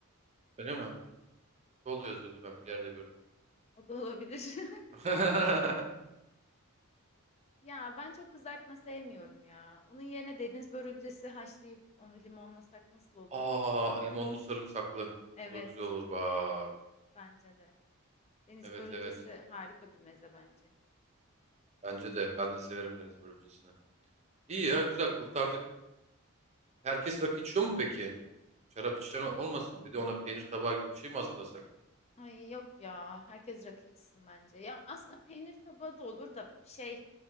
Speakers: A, on the right; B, on the left.
A: Öyle mi? Köpoğlu yazıyordu ben bir yerde gördüm.
B: o? O da olabilir. <laughs>
A: <laughs>
B: Ya ben çok kızartma sevmiyorum ya. Onun yerine deniz börülcesi haşlayıp onu limonlasak nasıl olur?
A: Aa limonlu sarımsaklı.
B: Evet,
A: O da güzel olur bak.
B: bence de. Deniz
A: Evet
B: börülcesi
A: evet.
B: harika bir meze bence.
A: Bence de. Ben de severim deniz börülcesini. İyi ya güzel kurtardık. Herkes rakı içiyor mu peki? Şarap içen ol- olmasın. Bir de ona peynir tabağı gibi bir şey mi hazırlasak?
B: Ay yok ya. Herkes rakı içsin bence. Ya aslında peynir tabağı da olur da şey.